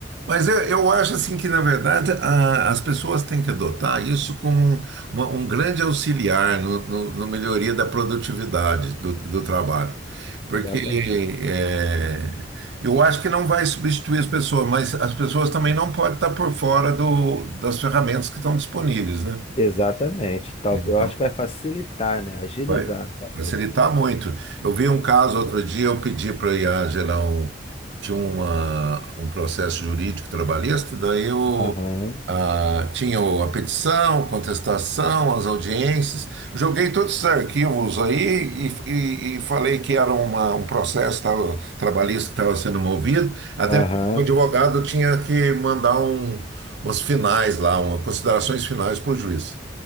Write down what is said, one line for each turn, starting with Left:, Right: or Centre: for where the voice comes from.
Right: Mas eu, eu acho assim que, na verdade, a- as pessoas têm que adotar isso como um, uma- um grande auxiliar no, no- no melhoria da produtividade do, do trabalho. Porque
Left: Exatamente.
Right: é, eu acho que não vai substituir as pessoas, mas as pessoas também não podem estar por fora do- das ferramentas que estão disponíveis, né?
Left: Exatamente. Tal,
Right: Então,
Left: eu acho que vai facilitar, né? Agilizar,
Right: Vai
Left: talvez.
Right: facilitar muito. Eu vi um caso outro dia, eu pedi para a IA gerar um, tinha uma, um processo jurídico trabalhista, daí eu
Left: Aham,
Right: ah, tinha o- a petição, contestação, as audiências. Joguei todos esses arquivos aí e, e- e falei que era uma- um processo tava- trabalhista que estava sendo movido, até
Left: aham.
Right: porque o advogado tinha que mandar um, umas finais lá, uma, considerações finais para o juiz.